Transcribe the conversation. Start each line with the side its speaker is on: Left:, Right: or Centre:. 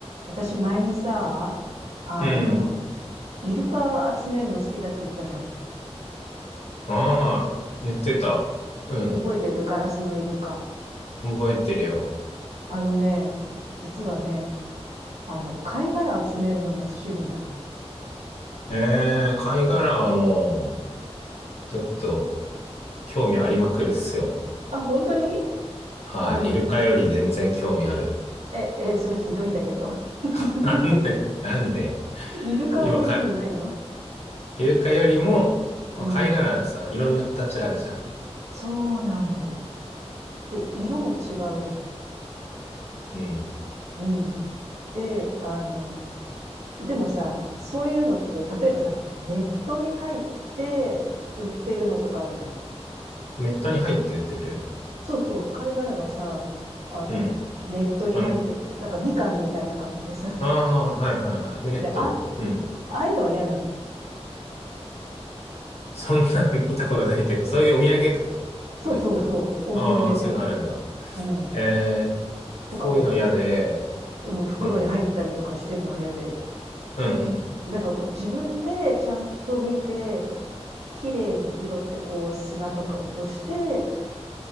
Right: 私前にさ、あの、
Left: うん。
Right: イルカ集めるの好きだって言ったじゃん。
Left: ああ、言ってた。うん。
Right: 覚えてるガラスのイルカ。
Left: 覚えてるよ。
Right: あのね、実はね、あの、貝殻集めるのも趣味なの。
Left: ええ貝殻はもう、ちょっと、興味ありまくるっすよ。
Right: あ、本当に
Left: はい。
Right: あの、
Left: イルカより全然興味ある。
Right: え、え、それひどいんだけど。<laughs>
Left: <laughs> なんで、なんで。
Right: イルカは興味ないの
Left: 今、か、イルカよりも、
Right: うん。
Left: 貝殻さ、いろんな形あるじゃん。
Right: そうなの。で、色も違うじゃん。
Left: うん。
Right: うん。で、あの、でもさ、そういうのって、例えばさ、ネットに入って売ってるのとかあるじゃん。
Left: ネットに入って売ってる
Right: そうそう、貝殻がさ、あの、
Left: うん。
Right: ネットに入って、
Left: あ、
Right: なんかみかんみたいな感じでさ。
Left: ああはいはいはい。ネットうん。
Right: で、あ、ああいうのは嫌なの。
Left: そんなん <laughs> 見たことないけど、そういうお土産ってこと今言ったの。
Right: そうそうそう、お土産で。
Left: ああ、そういうのあるんだ。
Right: うん。
Left: ええ
Right: とか、
Left: そういうの嫌で、
Right: こう、ふ、うん、袋に入ったりとかしてんのは嫌で。
Left: うん、うん、うん。
Right: なんかこう、自分でちゃんと見て、綺麗に拾って、こう、砂とか落として、っ